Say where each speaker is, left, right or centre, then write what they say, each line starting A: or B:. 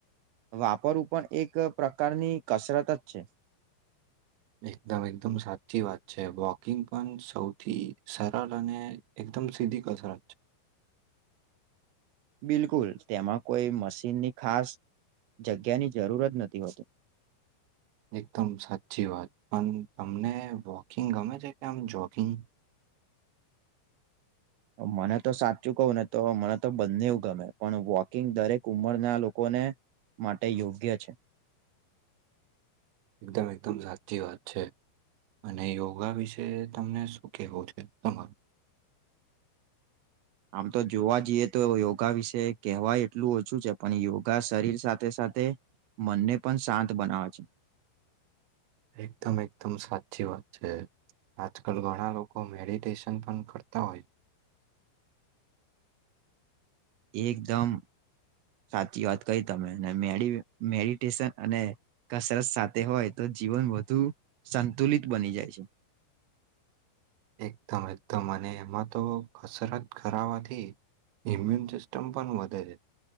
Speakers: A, on the right; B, on the right.
A: વાપરવું પણ એક પ્રકારની કસરત જ છે.
B: એકદમ એકદમ સાચી વાત છે વોકિંગ પણ સૌથી સરળ અને થમ સીધી કસરત છે.
A: બિલકુલ તેમાં કોઈ મશીનની ખાસ જગ્યાની જરૂર જ નથી હોતી.
B: એકદમ સાચી વાત, પણ તમને વોકિંગ ગમે છે કે આમ જોગિંગ
A: મને તો સાચું કહવ ને તો મને તો બંને એવું ગમે પણ વોકિંગ દરેક ઉંમરના લોકો માટે યોગ્ય છે.
B: એકદમ એકદમ સાચી વાત છે, અને યોગા વિશે તમને શું કેવું છે? તમા
A: આમ તો જોવા જઈએ તો યોગા વિશે કહેવા એટલું ઓછું છે પણ યોગા શરીર સાથે સાથે, મનને પણ શાંત બનાવે છે.
B: એકદમ એકદમ સાચી વાત છે. આજકાલ ઘણા લોકો મેડિટેશન પણ કરતા હોય.
A: એકદમ. સાચી વાત ક તમે મે મેડિટેશન અને કસરત સાથે હોય તો જીવન વધુ સંતુલિત બની જાય છે.
B: એકદમ એકદમ મ અને એમાં તો કસરત કરરાવાથી, ઈમ્યુન સિસ્ટમ પણ વધે છે.